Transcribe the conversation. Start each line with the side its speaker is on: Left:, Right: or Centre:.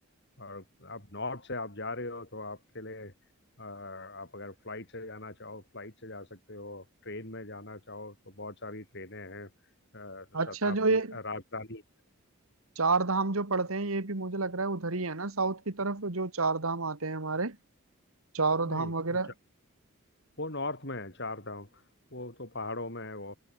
Left: और आप नॉर्थ से आप जा रहे हो तो आपके लिए अ, आप अगर फ्लाइट से जाना चाहो फ्लाइट से जा सकते हो ट्रेन में जाना चाहो तो बहुत सारी ट्रेनें हैं अ,
Right: अच्छा
Left: शताब्दी
Right: जो ये
Left: अ, राजधानी
Right: चार धाम जो पड़ते हैं ये भी मुझे लग रहा है उधर ही है ना साउथ की तरफ जो चार धाम आते हैं हमारे चारों
Left: नहीं
Right: धाम वगैरह
Left: वो वो नॉर्थ में है चार धाम वो तो पहाड़ों में है वो